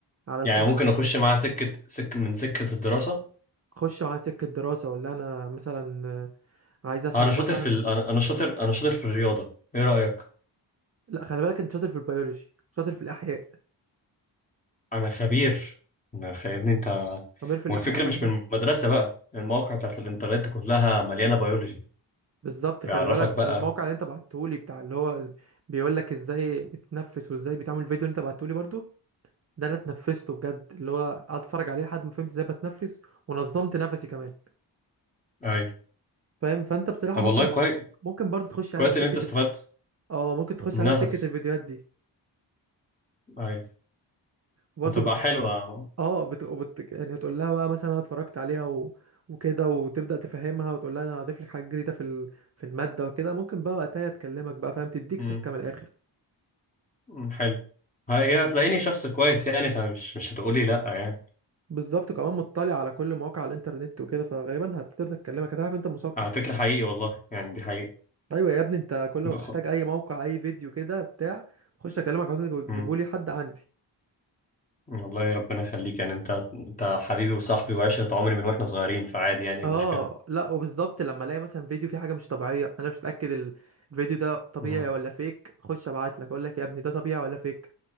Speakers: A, on the right; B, on the left.
A: على الفصل
B: يعني ممكن أخش معاها سكة سك من سكة الدراسة
A: خش معاها سكه دراسه ولا انا مثلا آه، عايز افهم
B: أنا شاطر
A: مثلا
B: في ال... أنا أنا شاطر أنا شاطر في الرياضة إيه رأيك؟
A: لا خلي بالك انت شاطر في البيولوجي شاطر في الاحياء
B: أنا خبير أنا خ... يا ابني أنت
A: خبير في
B: والفكرة
A: الاحياء خلي
B: مش
A: بالك
B: من المدرسة بقى المواقع بتاعت الإنترنت كلها مليانة بيولوجي
A: بالظبط
B: بيعرفك
A: خلي بالك
B: بقى
A: الموقع اللي انت بعته لي بتاع اللي هو بيقول لك ازاي بتتنفس وازاي بتعمل فيديو اللي انت بعته لي برضو ده انا اتنفسته بجد اللي هو قعدت اتفرج عليه لحد ما فهمت ازاي بتنفس ونظمت نفسي كمان
B: ايوه
A: فاهم فانت بصراحة
B: طب
A: ممكن
B: والله كويس
A: ممكن برضو تخش
B: كويس
A: عليها بسكة
B: ان انت استفدت
A: ال... اه ممكن تخش
B: النفس
A: عليها بسكة الفيديوهات دي
B: ايوه
A: برضو
B: هتبقى حلوة
A: اه بت... وبت... يعني تقول لها بقى مثلا انا اتفرجت عليها و... وكده وتبدأ تفهمها وتقول لها انا هضيف لك حاجة جديدة في ال... في المادة وكده ممكن بقى وقتها تكلمك بقى فاهم تديك
B: امم
A: سكة من الآخر
B: أمم، حلو هي هتلاقيني شخص كويس يعني فمش مش هتقولي لا يعني
A: بالظبط كمان مطلع على كل مواقع الانترنت وكده فغالبا هتقدر تكلمك هتعرف انت مثقف
B: على فكرة حقيقي والله يعني دي حقيقة
A: ايوه يا ابني انت كل ما
B: ده
A: بحتاج
B: خ...
A: اي موقع اي فيديو كده بتاع بخش اكلمك عاوزين تجيبوا
B: أمم،
A: لي حد عندي
B: والله ربنا يخليك يعني انت انت حبيبي وصاحبي وعشرة عمري من واحنا صغيرين فعادي يعني ايه
A: اه
B: المشكلة
A: لا وبالظبط لما الاقي مثلا فيديو فيه حاجه مش طبيعيه انا مش متاكد ال- الفيديو ده طبيعي
B: أمم.
A: ولا فيك اخش ابعت لك اقول لك يا ابني ده طبيعي ولا فيك